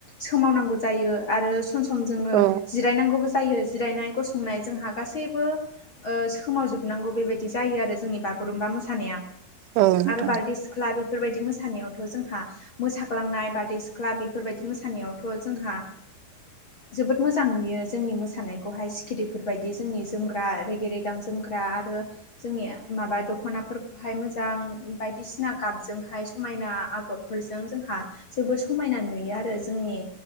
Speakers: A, on the left (about 45°); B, on the right (about 85°).
A: सोमावनांगौ जायो आरो सम सम जोङो
B: औ
A: जिरायनांगौबो जायो जिरायनाय गसंनाय जोंहा गासैबो सोमावजोबनांगौ बेबायदि जायो आरो जोंनि बागुरुमबा मोसानाया
B: औ नोंथां
A: आरो बारदै सिख्ला सिख्ला बेफोरबायदि मोसानायावथ' जोंहा मोसाग्लांनाय बारदै सिख्ला बेफोरबायदि मोसानायावथ' जोंहा जोबोद मोजां नुयो जोंनि मोसानायखौहाय सिखिरिफोरबायायदि जोंनि जोमग्रा रेगे रेगां जोमग्रा आरो जोंनि माबा दख'ना बेहाय मोजां बायदिसिना गाबजोंहाय समायना आगरफोरजों जोंहा जोबोर समायना नुयो आरो जोंनि